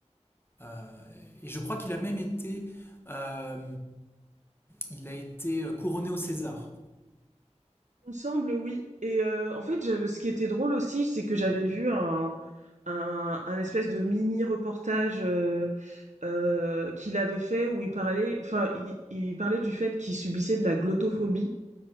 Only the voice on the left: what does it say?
Euh, et je crois qu'il a même été, euh, il a été couronné au César.